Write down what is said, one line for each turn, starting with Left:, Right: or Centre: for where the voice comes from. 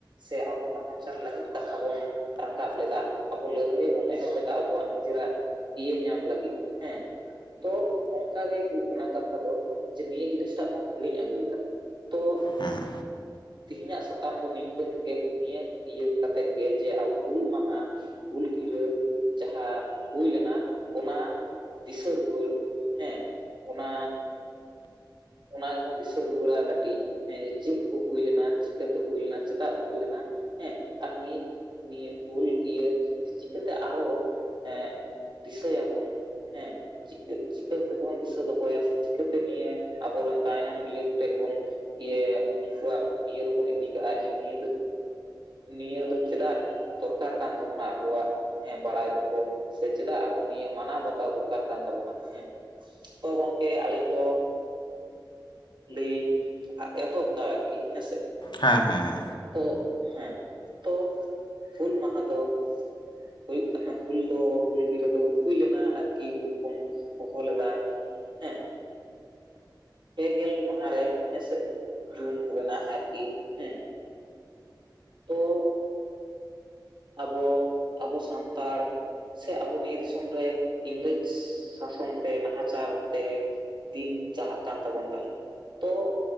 Right: ᱥᱮ ᱟᱵᱚ ᱱᱟᱦᱟᱪᱟᱨ ᱞᱟᱹᱜᱤᱫ ᱠᱟᱛᱷᱟ ᱵᱚᱱ ᱨᱟᱠᱟᱵ ᱞᱮᱫᱟ ᱟᱵᱚ ᱞᱟᱹᱲᱦᱟᱹᱭ ᱵᱚᱱ ᱮᱦᱚᱵ ᱞᱮᱫᱟ ᱟᱵᱚᱣᱟᱜ ᱱᱤᱡᱮᱨᱟᱜ ᱤᱭᱟᱹ ᱧᱟᱢ ᱞᱟᱹᱜᱤᱫ ᱦᱮᱸ ᱛᱚ ᱚᱜᱠᱟ ᱜᱮ ᱦᱩᱭᱩᱜ ᱠᱟᱱᱟ ᱠᱟᱛᱷᱟ ᱫᱚ ᱡᱮ ᱱᱤᱭᱟᱹ ᱡᱤᱱᱤᱥᱴᱟᱜ ᱵᱚᱱ ᱦᱤᱲᱤᱧ ᱟᱹᱜᱩᱭᱮᱫᱟ ᱛᱚ
Left: ᱦᱮᱸ
Right: ᱛᱤᱦᱤᱧᱟᱜ ᱥᱟᱛᱟᱢ ᱫᱚ ᱱᱤᱝᱠᱟᱹᱱ ᱰᱮᱴ ᱱᱤᱭᱟᱹ ᱤᱭᱟᱹ ᱠᱟᱛᱮᱫ ᱜᱮ ᱡᱮ ᱦᱩᱞ ᱢᱟᱦᱟ ᱦᱩᱞ ᱜᱤᱨᱟᱹ ᱡᱟᱦᱟᱸ ᱦᱩᱭ ᱞᱮᱱᱟ ᱚᱱᱟ ᱫᱤᱥᱟᱹ ᱨᱩᱣᱟᱹᱲ ᱦᱮᱸ ᱚᱱᱟ ᱚᱱᱟ ᱜᱮᱵᱚᱱ ᱫᱤᱥᱟᱹ ᱨᱩᱣᱟᱹᱲᱟ ᱠᱟᱹᱴᱤᱡ ᱦᱮᱸ ᱡᱮ ᱪᱮᱫ ᱠᱚ ᱦᱩᱭ ᱞᱮᱱᱟ ᱪᱤᱠᱟᱹᱛᱮ ᱦᱩᱭ ᱞᱮᱱᱟ ᱪᱮᱫᱟᱜ ᱦᱩᱭ ᱞᱮᱱᱟ ᱦᱮᱸ ᱟᱨ ᱱᱤᱭᱟᱹ ᱱᱤᱭᱟᱹ ᱦᱩᱞ ᱤᱭᱟᱹ ᱪᱤᱠᱟᱹᱛᱮ ᱟᱨᱚ ᱮᱸᱜ ᱫᱤᱥᱟᱹᱭᱟᱵᱚᱱ ᱦᱮᱸ ᱪᱤᱠᱟᱹ ᱪᱤᱠᱟᱹ ᱛᱮᱵᱚᱱ ᱫᱤᱥᱟᱹ ᱫᱚᱦᱚᱭᱟ ᱥᱮ ᱪᱤᱠᱟᱹᱛᱮ ᱱᱤᱭᱟᱹ ᱟᱵᱚᱨᱮᱱ ᱛᱟᱭᱱᱚᱢ ᱤᱭᱟᱹ ᱠᱚᱴᱷᱮᱡ ᱵᱚᱱ ᱤᱭᱟᱹᱭᱟ ᱩᱱᱠᱩᱣᱟᱜ ᱤᱭᱟᱹ ᱨᱮᱵᱚᱱ ᱤᱫᱤ ᱠᱟᱜᱼᱟ ᱡᱮ ᱱᱤᱭᱟᱹ ᱫᱚ ᱱᱤᱭᱟᱹ ᱫᱚ ᱪᱮᱫᱟᱜ ᱫᱚᱨᱠᱟᱨ ᱠᱟᱱ ᱛᱟᱵᱚᱱᱟ ᱟᱵᱚᱣᱟᱜ ᱦᱮᱸ ᱵᱟᱲᱟᱭ ᱫᱚᱦᱚ ᱥᱮ ᱪᱮᱫᱟᱜ ᱟᱵᱚ ᱱᱤᱭᱟᱹ ᱢᱟᱱᱟᱣ ᱵᱟᱛᱟᱣ ᱫᱚᱨᱠᱟᱨ ᱠᱟᱱ ᱛᱟᱵᱚᱱᱟ ᱦᱮᱸ ᱛᱚ ᱜᱚᱝᱠᱮ ᱟᱹᱞᱤᱧ ᱫᱚ ᱞᱟᱹᱭᱤᱧ ᱮᱛᱚᱦᱚᱵ ᱫᱟ ᱟᱨᱠᱤ ᱦᱮᱸᱥᱮ
Left: ᱦᱮᱸ ᱦᱮᱸ
Right: ᱛᱚ ᱦᱮᱸ ᱛᱚ ᱦᱩᱞ ᱢᱟᱦᱟ ᱫᱚ ᱦᱩᱭᱩᱜ ᱠᱟᱱᱟ ᱦᱩᱞ ᱫᱚ ᱦᱩᱞ ᱜᱤᱨᱟᱹ ᱫᱚ ᱦᱩᱭ ᱞᱮᱱᱟ ᱟᱨᱠᱤ ᱦᱩᱞ ᱵᱚᱱ ᱦᱚᱦᱚ ᱞᱮᱫᱟ ᱦᱮᱸ ᱯᱮᱜᱮᱞ ᱢᱟᱦᱟ ᱨᱮ ᱦᱮᱸᱥᱮ ᱡᱩᱱ ᱨᱮᱱᱟᱜ ᱟᱨᱠᱤ ᱦᱮᱸ ᱛᱚ ᱟᱵᱚ ᱟᱵᱚ ᱥᱟᱱᱛᱟᱲ ᱥᱮ ᱟᱵᱚ ᱱᱤᱭᱟᱹ ᱫᱤᱥᱚᱢ ᱨᱮ ᱤᱝᱨᱮᱡᱽ ᱥᱟᱥᱚᱱ ᱛᱮ ᱱᱟᱦᱟᱪᱟᱨ ᱛᱮ ᱫᱤᱱ ᱪᱟᱞᱟᱜ ᱠᱟᱱ ᱛᱟᱵᱚᱱ ᱛᱟᱦᱮᱸᱫ ᱛᱚ